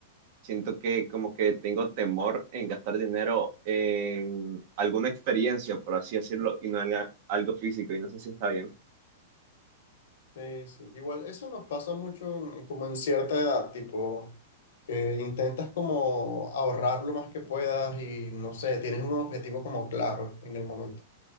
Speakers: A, on the right; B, on the left.
A: Siento que como que tengo temor en gastar dinero en alguna experiencia, por así decirlo, y no en algo físico, y no sé si está bien.
B: Sí, sí. Igual eso nos pasa mucho en- como en cierta edad, tipo que intentas como ahorrar lo más que puedas y no sé, tienes un objetivo como claro en el momento.